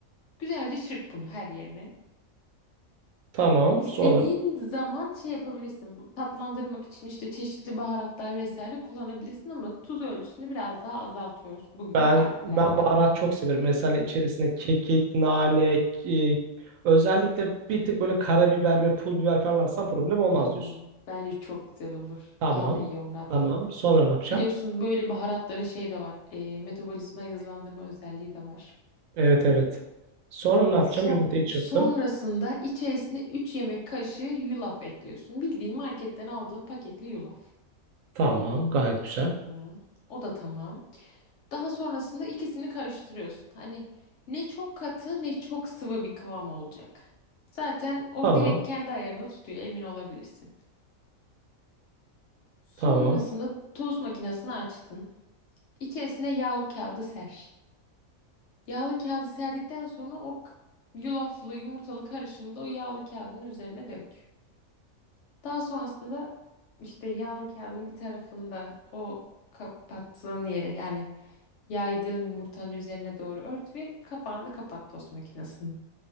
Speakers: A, on the left; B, on the right.
A: Güzelce çırp bunu her yerine.
B: Tamam.
A: İstediğin
B: Sonra
A: zaman şey yapabilirsin. bu Tatlandırmak için işte çeşitli baharatlar vesaire kullanabilirsin ama tuz ölçüsünü biraz daha azaltıyoruz bu gibi
B: ben
A: tariflerde.
B: ben baharat çok severim. Mesela içerisine kekik, nane, e, özellikle bir tık böyle karabiber ve pul biber falan atsam problem olmaz
A: Hmm,
B: diyorsun.
A: bence çok güzel olur.
B: Tamam.
A: Daha da iyi olur hatta.
B: Tamam. Sonra ne yapacağım?
A: Biliyorsun böyle baharatların şey de var. E, metabolizma hızlandırma özelliği de var.
B: Evet evet. Sonra ne yapacağım?
A: So-
B: Yumurtayı çırptım.
A: sonrasında içerisine 3 yemek kaşığı yulaf ekliyorsun. Bildiğin marketten aldığın paketli yulaf.
B: Tamam. Gayet güzel.
A: Hı hı. O da tamam. Daha sonrasında ikisini karıştırıyorsun. Hani ne çok katı ne çok sıvı bir kıvam olacak. Zaten o
B: Tamam.
A: direkt kendi ayarını tutuyor emin olabilirsin. Sonrasında
B: Tamam.
A: tost makinesini açtın. İçerisine yağlı kağıdı ser. Yağlı kağıdı serdikten sonra o k- yulaflı yumurtalı karışımı da o yağlı kağıdın üzerine dök. Daha sonrasında işte yağlı kağıdın bir tarafında o kapattığın yere yani Yaydığın yumurtanın üzerine doğru ört ve kapağını kapat tost makinesinin.